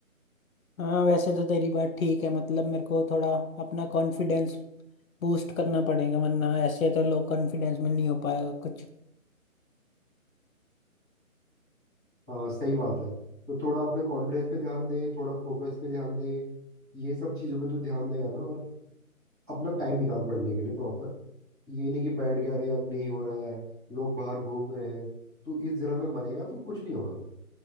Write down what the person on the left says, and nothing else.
हाँ वैसे तो तेरी बात ठीक है मतलब मेरे को थोड़ा अपना कॉन्फिडेंस बूस्ट करना पड़ेगा वरना ऐसे तो लो कॉन्फिडेंस में नहीं हो पाएगा कुछ